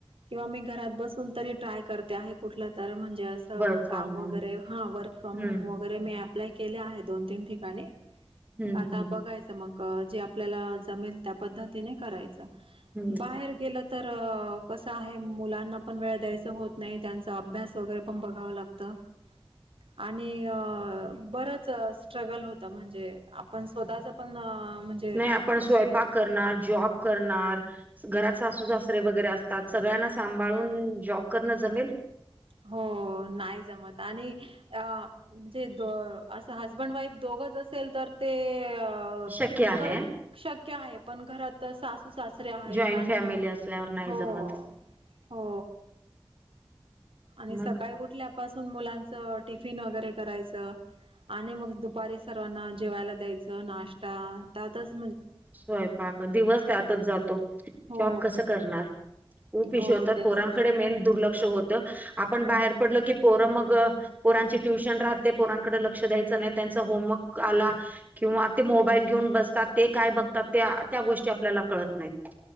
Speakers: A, on the right; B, on the right.
A: किंवा मी घरात बसून तरी ट्राय करते आहे कुठलं तर म्हणजे अस काम
B: वर्क फ्रॉम
A: वगैरे
B: होम
A: हा वर्क फ्रॉम
B: हम्म
A: होम वगैरे मी अप्लाय केले आहे दोन तीन ठिकाणी
B: हम्म
A: मग आता
B: हम्म
A: बघायचं मग जे आपल्याला जमेल त्या पद्धतीने कराय च
B: हम्म
A: बाहेर केलं तर कसं आहे मुलांना पण वेळ द्यायचं होत नाही त्यांचा अभ्यास वगैरे पण बघावं लागतं. आणि अ बरच स्ट्रगल होत म्हणजे आपण स्वतःच पण म्हणजे
B: नाही आपण स्वयंपाक
A: शा
B: करणार, जॉब करणार घरात सासू सासरे वगैरे असतात सगळ्यांना सांभाळून जॉब करणं जमेल?
A: हो नाही जमत आणि अ म्हणजे द असं हजबंड वाईफ दोघच असेल तर ते अ
B: शक्य आहे
A: कल शक्य आहे पण घरात सासू सासरे आहेत
B: जॉईंट
A: आणि
B: फॅमिली असल्यावर नाही
A: हो
B: जमत
A: हो आणि
B: मग
A: सकाळी उठल्यापासून मुलांचं टिफिन वगैरे करायचं. आणि मग दुपारी सर्वांना जेवायला द्यायचं नाश्ता त्याातच
B: स्वयंपाक दिवस त्यातच जातो शॉब
A: हो
B: कसं करणार. खूप इश्यू
A: हो
B: होतात
A: तेच
B: पोरांकडे
A: ना
B: मेन दुर्लक्ष होतं आपण बाहेर पडल की पोर मग पोरांची ट्युशन राहते पोरांकडे लक्ष द्यायचं नाही त्यांचा होमवर्क आला किंवा ते मोबाईल घेऊन बसतात ते काय बघतात त्या त्या गोष्टी आपल्याला कळत नाहीत